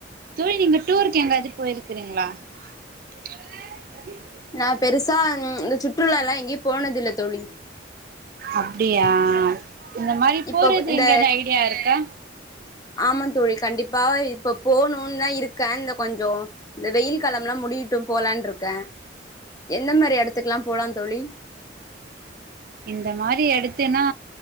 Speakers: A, on the right; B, on the left.
A: தோழி நீங்க டூருக்கு எங்கயாவது போயிரு க்றீங்களா? இன்ஆடிபிள்
B: நான் பெருசா ம் இந்த ச்சுற்றுல எல்லாம் எங்கயும்போனதில்ல தோழி.
A: அப்டியா இந்த மாரி
B: இப்பவ்
A: போறது
B: இந்த,
A: எங்கயாவது ஐடியா இருக்கா
B: ஆமாம் தோழி கண்டிப்பா இப்ப போணும்னு தான் இருக்கன் கொஞ்சம் இந்த வெயில் காலம்லாம் முடியட்டும் போலாம்றுக்கேன். என்ன மாரி இடத்துக்லாம் போலாம் தோழி?
A: இந்த மாரி எடுத்தன்னா